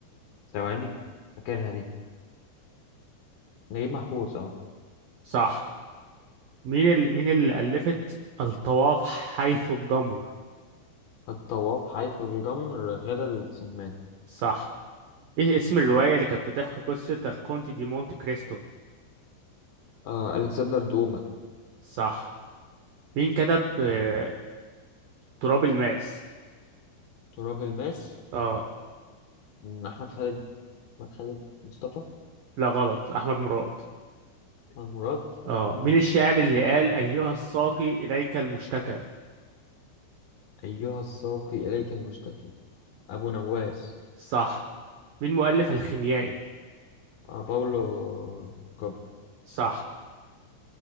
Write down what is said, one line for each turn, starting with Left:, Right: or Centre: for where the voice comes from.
Left: ثواني فاكرها دي نجيب محفوظ اه
Right: صح مين ال... مين اللي ألفت الطواف حيث الجمر؟
Left: الطواف حيث الجمر غدا السمان
Right: صح ايه اسم الرواية اللي كانت بتحكي قصة الكونت دي مونت كريستو؟
Left: آه ألكسندر دوما
Right: صح مين كتب آه، تراب الماس
Left: تراب الماس
Right: اه
Left: مم، أحمد خالد أحمد خالد مصطفى
Right: لا غلط احمد مراد
Left: المراد
Right: اه
Left: مم.
Right: مين الشاعر اللي قال ايها الساقي اليك المشتكى
Left: أيها الساقي إليك المشتكي أبو نواس
Right: صح مين مؤلف الخيميائي
Left: آه، باولو كوبر
Right: صح